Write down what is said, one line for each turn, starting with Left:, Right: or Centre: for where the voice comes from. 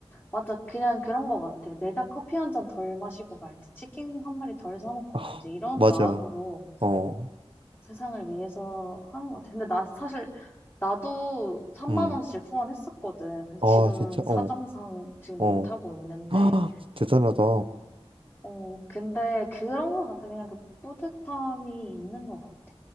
Left: 맞아. 그냥 그런 거 같아. 내가 커피 한 잔 덜 마시고 말지, 치킨 한 마리 덜 사
Right: <laughs>
Left: 먹고
Right: 아,
Left: 말지, 이런
Right: 맞아.
Left: 마음으로
Right: 어.
Left: 세상을 위해서 하는 거 같아. 근데 나 사실, 나도 3만
Right: 음.
Left: 원씩 후원했었거든. 근데
Right: 아,
Left: 지금은
Right: 진짜.
Left: 사정상
Right: 어.
Left: 지금
Right: 어.
Left: 못하고 있는데,
Right: <gasps> 대단하다.
Left: 어, 근데 그런 거 같아. 그냥 그 뿌듯함이 있는 거 같아.